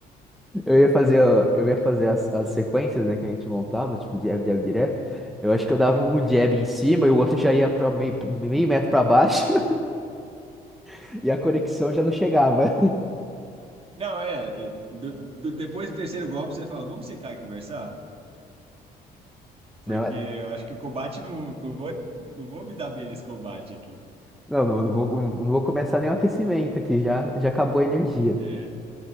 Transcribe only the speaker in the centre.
Eu ia fazer,
eu ia fazer as, as sequências, né, que a gente montava, tipo jab, jab direto. Eu acho que eu dava um jab em cima e o outro já ia para meio, meio metro para baixo <laughs> e a conexão já não chegava.
<laughs>
Não, não, não vou, não vou começar nem o aquecimento aqui, já, já acabou a energia.